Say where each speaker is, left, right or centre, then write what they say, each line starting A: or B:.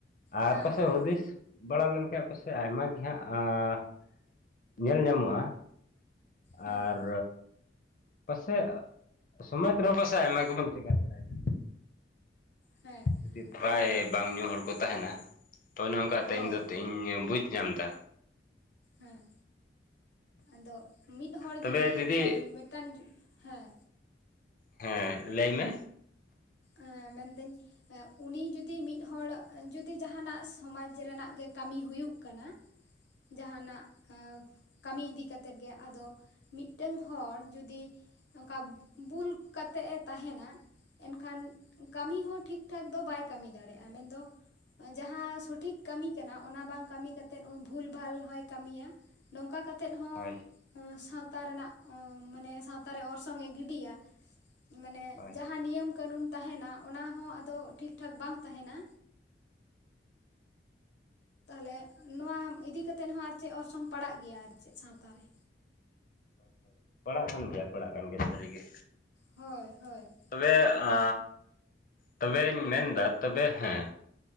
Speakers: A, on the left; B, on the left.
A: ᱟᱨ
B: ᱦᱮᱸ
A: ᱯᱟᱥᱮᱡ
B: ᱦᱮᱸ
A: ᱦᱩᱫᱤᱥ ᱵᱟᱲᱟ ᱞᱮᱱᱠᱷᱟᱡ ᱯᱟᱥᱮᱡ ᱟᱭᱢᱟ ᱜᱮ ᱦᱟᱸᱜ ᱟᱸᱻ ᱧᱮᱞ ᱧᱟᱢᱚᱜ-ᱟ᱾
B: ᱦᱮᱸ
A: ᱟᱨ ᱯᱟᱥᱮᱜ, ᱥᱚᱢᱟᱡᱽ ᱨᱮᱦᱚᱸ ᱯᱟᱥᱮᱡ ᱟᱭᱢᱟ ᱜᱮᱵᱚᱱ ᱪᱮᱠᱟ ᱫᱟᱲᱮᱭᱟᱜ-ᱟ᱾
B: ᱦᱮᱸ
A: ᱡᱩᱫᱤ ᱯᱨᱟᱭ
B: ᱟᱨ
A: ᱵᱟᱝ ᱧᱩ ᱦᱚᱲ ᱠᱚ ᱛᱟᱸᱦᱮᱱᱟ, ᱛᱚ ᱚᱱᱮ ᱚᱱᱠᱟᱛᱮ
B: ᱦᱳᱭ
A: ᱤᱧᱫᱚᱧ ᱤᱧ ᱵᱩᱡᱽ ᱧᱟᱢᱫᱟ᱾
B: ᱦᱮᱸ ᱟᱫᱚ ᱢᱤᱫ ᱦᱚᱲ
A: ᱛᱚᱵᱮ
B: ᱡᱩᱫᱤ
A: ᱫᱤᱫᱤ
B: ᱮᱸ ᱢᱤᱫᱴᱟᱱ ᱦᱮᱸ᱾
A: ᱦᱮᱸ, ᱞᱟᱹᱭ ᱢᱮ᱾
B: ᱦᱮᱸ ᱢᱮᱱᱫᱟᱹᱧ᱾ ᱮᱸ ᱩᱱᱤ ᱡᱩᱫᱤ ᱢᱤᱫ ᱦᱚᱲ ᱡᱩᱫᱤ ᱡᱟᱸᱦᱟᱱᱟᱜ ᱥᱚᱢᱟᱡᱽ ᱨᱮᱱᱟᱜ ᱜᱮ ᱠᱟᱢᱤ ᱦᱩᱭᱩᱜ ᱠᱟᱱᱟ᱾ ᱡᱟᱦᱟᱱᱟᱜ ᱠᱟᱢᱤ ᱤᱫᱤ ᱠᱟᱛᱮᱛ ᱜᱮ ᱟᱫᱚ ᱢᱤᱜᱴᱟᱹᱝ᱾ ᱦᱚᱲ ᱡᱩᱫᱤ ᱚᱱᱠᱟ ᱵᱩᱞ ᱠᱟᱛᱮᱜ ᱮ ᱛᱟᱦᱮᱱᱟ᱾ ᱠᱷᱟᱱ ᱠᱟᱢᱤ ᱦᱚᱸ ᱴᱷᱤᱠ ᱴᱷᱟᱠ ᱫᱚ ᱵᱟᱭ ᱠᱟᱢᱤ ᱫᱟᱲᱮᱜ-ᱟ ᱢᱮᱱᱫᱚ᱾ ᱡᱟᱸᱦᱟ ᱥᱚᱴᱷᱤᱠ ᱠᱟᱢᱤ ᱠᱟᱱᱟ ᱚᱱᱟ ᱵᱟᱝ ᱠᱟᱢᱤ ᱠᱟᱛᱮᱫ ᱵᱷᱩᱞᱵᱷᱟᱞ ᱦᱚᱸᱭ ᱠᱟᱢᱤᱭᱟ᱾ ᱱᱚᱝᱠᱟ ᱠᱟᱛᱮᱫ ᱦᱚᱸ
A: ᱦᱳᱭ
B: ᱥᱟᱶᱛᱟ ᱨᱮᱱᱟᱜ ᱢᱟᱱᱮ ᱥᱟᱶᱛᱟ ᱨᱮ ᱚᱨᱥᱚᱝ ᱮ ᱜᱤᱰᱤᱭᱟ᱾ ᱢᱟᱱᱮ
A: ᱦᱳᱭ
B: ᱡᱟᱸᱦᱟ ᱱᱤᱭᱟᱹᱢ᱾ ᱠᱟᱹᱱᱩᱱ ᱛᱟᱦᱮᱱᱟ ᱚᱱᱟ ᱦᱚᱸ ᱟᱫᱚ ᱴᱷᱤᱠ ᱴᱷᱟᱠ ᱵᱟᱝ ᱛᱟᱦᱮᱱᱟ᱾ ᱞᱮ ᱱᱚᱣᱟ ᱤᱫᱤ ᱠᱟᱛᱮᱫ ᱦᱚᱸ ᱟᱨ ᱪᱮᱜ ᱚᱨᱥᱚᱝ ᱯᱟᱲᱟᱜ ᱜᱮᱭᱟ ᱟᱨ ᱪᱮᱫ ᱥᱟᱶᱛᱟ ᱨᱮ᱾
A: <inaudible> ᱯᱟᱲᱟᱜ ᱠᱟᱱ ᱜᱮᱭᱟ ᱯᱟᱲᱟᱜ ᱠᱟᱱ ᱜᱮᱭᱟ ᱥᱟᱹᱨᱤᱜᱮ᱾
B: ᱦᱚᱭ ᱦᱚᱭ᱾
A: ᱛᱚᱵᱮ ᱟᱻ ᱛᱚᱵᱮᱧ ᱢᱮᱱᱫᱟ ᱛᱚᱵᱮ ᱦᱮᱸ᱾